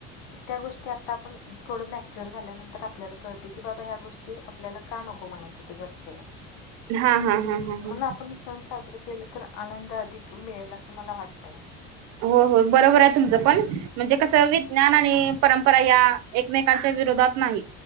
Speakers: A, on the left; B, on the right.
A: त्या गोष्टी आता आपण थोडं मॅच्युर झाल्यानंतर आपल्याला कळतय की बाबा ह्या गोष्टी ते आपल्याला का नको म्हणत होते घरचे.
B: हा हा, हा हा
A: म्हणून
B: हा.
A: आपण सण साजरे केले तर आनंद अधिक मिळेल, असं मला वाटतंय.
B: हो हो बरोबर आहे तुमचं पण, म्हणजे कसं विज्ञान आणि परंपरा या एकमेकच्या विरोधात नाही